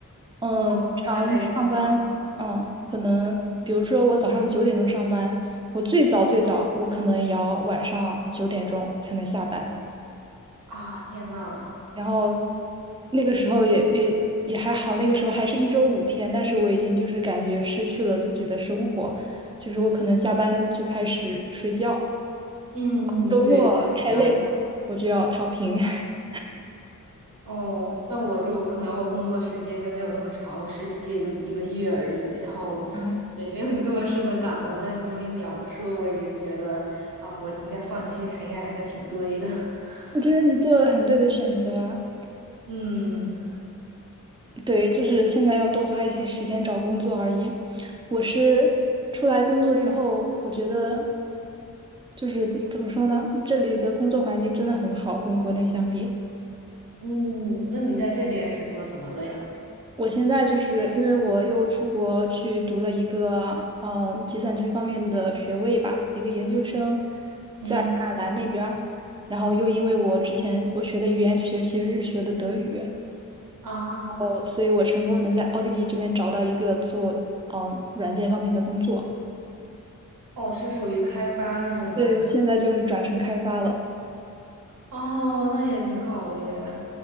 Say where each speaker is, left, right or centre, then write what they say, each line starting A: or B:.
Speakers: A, on the right; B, on the right.
A: <laughs>
B: 嗯，
A: 嗯，
B: 经常上班，
A: 大概知道
B: 嗯，可能比如说我早上九点钟上班，我最早最早我可能也要晚上九点钟才能下班。
A: 啊。天呐，
B: 然后那个时候也也也还好，那个时候还是一周五天，但是我已经就是感觉失去了自己的生活，就是我可能下班就开始睡觉，
A: 嗯，
B: 周末太累了，
A: 对，就是这样。
B: 我就要躺平。<laughs>
A: 哦，那我就可能我工作时间就没有那么长，我实习也就几个月而已，然后
B: 嗯，
A: 也没有你这么深的感悟。但你这么一描述，我已经觉得啊，我应该放弃，还应该还是挺对的。<laughs>
B: 我觉得你做了很对的选择啊。
A: 嗯
B: 对，就是现在要多花一些时间找工作而已。我是出来工作之后，我觉得就是怎么说呢，这里的工作环境真的很好，跟国内相比。
A: 嗯，那你在这边是做什么的呀？
B: 我现在就是因为我又出国去读了一个嗯计算机方面的学位吧，一个研究生，
A: 嗯
B: 在爱尔兰那边儿。然后又因为我之前我学的语言学其实是学的德语，
A: 啊，
B: 哦，所以我成功能在奥地利这边找到一个做嗯、呃软件方面的工作。
A: 哦，是属于开发那种吗？
B: 对，我现在就是转成开发了。
A: 哦，那也挺好的耶。